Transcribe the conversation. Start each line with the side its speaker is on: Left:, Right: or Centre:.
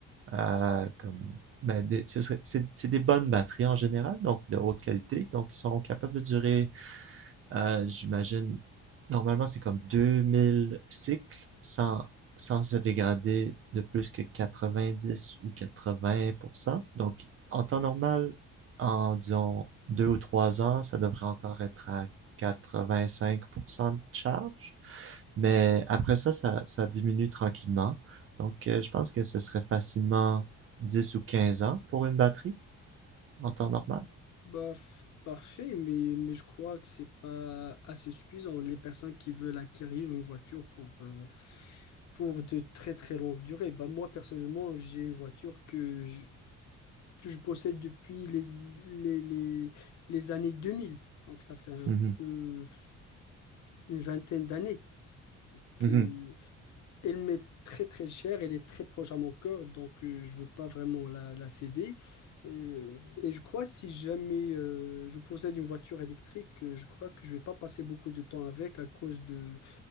Right: euh, comme, mais des- ce serait- c'est c'est des bonnes batteries en général, donc de haute qualité, donc ils sont capables de durer euh, j'imagine, normalement, c'est comme 2000 cycles sans, sans se dégrader de plus que 90 ou quatre-vingts pour cent Donc, en temps normal, en disons deux ou trois ans, ça devrait encore être à 85% de charge. Mais après ça, ça, ça diminue tranquillement. Donc, euh, je pense que ce serait facilement 10 ou 15 ans pour une batterie en temps normal.
Left: Bah, f- parfait, mais, mais je crois que c'est pas assez suffisant. Les personnes qui veulent acquérir une voiture pour, euh, pour de très très longues durées. Bah, moi, personnellement, j'ai une voiture que j- que je possède depuis les, les, les, les années 2000. Donc ça fait un
Right: Mhm,
Left: peu une vingtaine d'années que
Right: mhm,
Left: elle m'est très très chère, elle est très proche à mon cœur, donc euh, je veux pas vraiment la, la céder. Euh, Et, je crois si jamais euh, je possède une voiture électrique, euh, je crois que je vais pas passer beaucoup de temps avec à cause de,